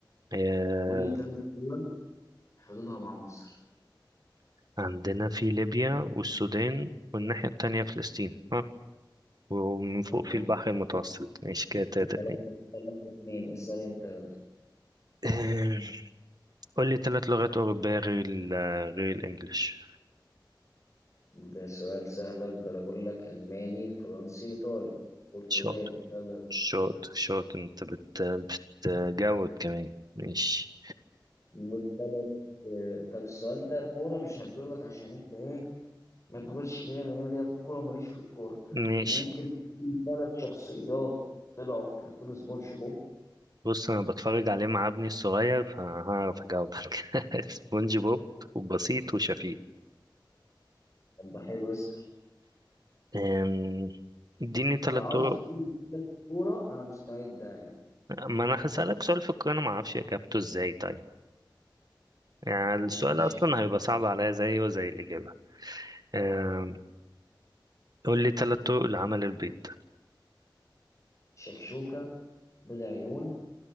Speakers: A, on the right (about 55°); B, on the left (about 40°).
A: آه،
B: قول لي ثلاث دول حدودها مع مصر
A: عندنا في ليبيا والسودان والناحية التانية فلسطين ها ومن فوق
B: طب يلا
A: في البحر المتوسط ماشي كده تلاتة
B: ثلاثة
A: اتنين
B: ثلاثة اتنين اسأل انت يلا.
A: آه، قول لي تلات لغات أوروبية غير ال غير الإنجليش
B: ده سؤال سهل اقدر اقول لك الماني فرنسي ايطالي برتغالي
A: شاطر
B: يلا
A: شاطر شاطر أنت بت بتجود كمان ماشي
B: الثلاث طب السؤال ده كورة مش هديهولك عشان انت ايه ما تقولش كده إن انا ليا في الكوره وماليش في الكوره
A: ماشي
B: ممكن تكون ثلاث شخصيات طلعوا في كرتون سبونج بوب
A: بص أنا بتفرج عليه مع ابني الصغير فهعرف أجاوبك <laughs> سبونج بوب وبسيط وشفيق
B: طب ده حلو اسال
A: آم، اديني تلات
B: لو عاوز
A: طرق
B: تتكلم في الكوره انا مستعد عادي
A: ما انا هسألك سؤال في القراءة انا ما اعرفش اجابته ازاي طيب يعني السؤال
B: ماشي
A: اصلا هيبقى صعب عليا زيه وزي الاجابة آم، قول لي ثلاث طرق لعمل البيض
B: شكشوكه بيض عيون